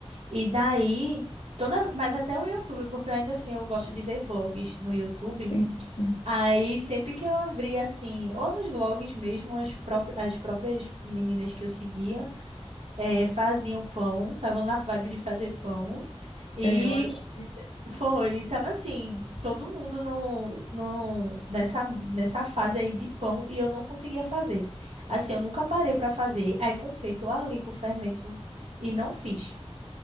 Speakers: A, on the right; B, on the left.
A: E daí, toda, mas até o YouTube, porque ainda assim eu gosto de ver vlogs no YouTube,
B: Sim, sim.
A: Aí, sempre que eu abria, assim, ou nos vlogs mesmo, as, pró- as próprias meninas que eu seguia é, faziam pão, estavam na vibe de fazer pão, e
B: É, eu acho.
A: foi, tava assim, todo mundo no, no, nessa, nessa fase aí de pão, e eu não conseguia fazer. Assim, eu nunca parei para fazer, aí comprei, tô ali com o fermento e não fiz.